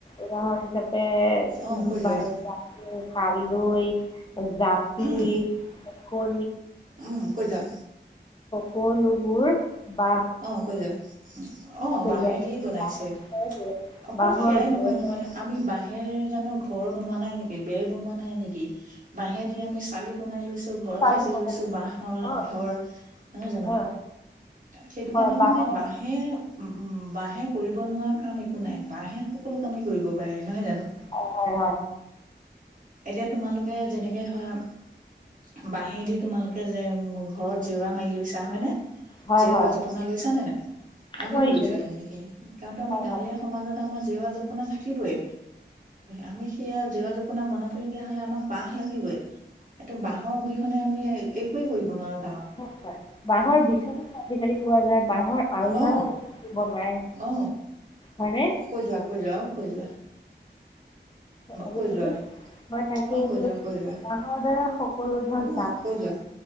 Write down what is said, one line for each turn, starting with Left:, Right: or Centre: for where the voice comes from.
Left: উদাহৰণ হিচাপে
Right: অ কৈ যোৱা
Left: জাকৈ, খালৈ। জাপি
Right: উম
Left: আকৌ
Right: উম, কৈ যোৱা।
Left: কলোবোৰ বা
Right: অ' কৈ যা অ'
Left: তৈয়াৰ
Right: বাঁহে দিয়ে বনাইছে
Left: হয়
Right: অকল
Left: বাঁহৰ
Right: সেয়াই নহয়
Left: বেৰ
Right: নহয় আমি বাঁহেৰ জানো ঘ ঘৰ বনোৱা নাই নেকি, বেৰ বনোৱা নাই নেকি, বাহেদি আমি চালি বনাই লৈছো ঘৰ
Left: চালি
Right: সাজি লৈছো। বাঁহৰ
Left: বনোৱা
Right: ঘৰ নহয় জানো?
Left: হা
Right: সেইটো
Left: হয়
Right: কাৰণে মানে
Left: বাঁহৰ
Right: বাঁহে উম বাঁহে কৰিব নোৱাৰা কাম একো নাই। বাঁহে সকলো কামেই কৰিব পাৰে নহয় জানো?
Left: হয় হয়
Right: এতিয়া তোমালোকে যেনেকে ধৰা বাঁহেদি তোমালোকে যে ঘৰত জেউৰা মাৰি লৈছা হয় নে?
Left: হয় হয়
Right: জেওঁৰা-জপনা
Left: হয়
Right: লৈছা নে নাই? আমিও
Left: নোৱাৰিছো
Right: লৈছো তেনেকে কাৰণটো আমি
Left: হয়
Right: গাঁৱলীয়া
Left: হয়
Right: সমাজত আমাৰ জেওঁৰা-জপনা থাকিবই। আমি সেয়া জেওঁৰা-জপনা বনাম। কৰিবলগীয়া হ'লে, আমাক বাঁহ লাগিবই এইটো বাঁহৰ অবিহনে আমি একোৱে কৰিব নোৱাৰোঁ
Left: <unintelligible> বাঁহৰ বিচনা খন আজিকালি পোৱা যায়। বাঁহৰ আলনাও
Right: অ
Left: বনায়
Right: অ
Left: হয়নে?
Right: কৈ যোৱা কৈ যোৱা অ কৈ যোৱা
Left: আজিকালি
Right: কৈ যোৱা
Left: মই তাকেই
Right: অ কৈ
Left: বোলো
Right: যোৱা কৈ যোৱা
Left: বাঁহৰ দ্বাৰা সকলো ধৰক
Right: অ
Left: জাপ
Right: কৈ যোৱা